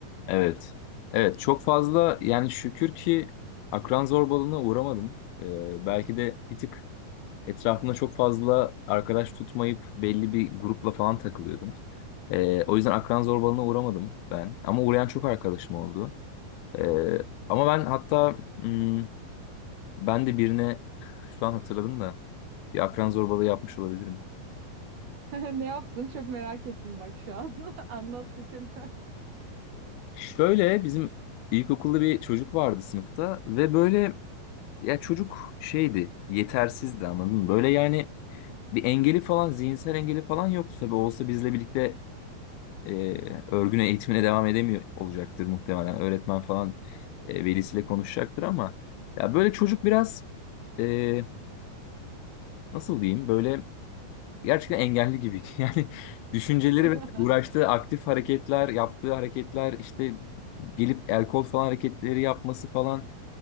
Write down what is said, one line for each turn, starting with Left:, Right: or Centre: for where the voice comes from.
Left: Evet. Evet çok fazla yani şükür ki akran zorbalığına uğramadım. Ee, belki de bir tık etrafımda çok fazla arkadaş tutmayıp belli bir grupla falan takılıyordum. Ee, o yüzden akran zorbalığına uğramadım ben. Ama uğrayan çok arkadaşım oldu. Ee, ama ben hatta hmm, ben de birine şu an hatırladım da bir akran zorbalığı yapmış olabilirim.
Right: <laughs> Ne yaptın? Çok merak ettim bak şu an. <laughs> Anlat şekil.
Left: Şöyle bizim ilkokulda bir çocuk vardı sınıfta ve böyle Ya çocuk şeydi, yetersizdi anladın mı? Böyle yani bir engeli falan, zihinsel engeli falan yoktu. Tabii olsa bizle birlikte e, örgüne, eğitimine devam edemiyor olacaktır muhtemelen. Öğretmen falan e, velisiyle konuşacaktır ama ya böyle çocuk biraz e, nasıl diyeyim böyle gerçekten engelli gibiydi. <laughs> Yani düşünceleri
Right: <laughs>
Left: ve uğraştığı aktif hareketler, yaptığı hareketler işte gelip el kol falan hareketleri yapması falan.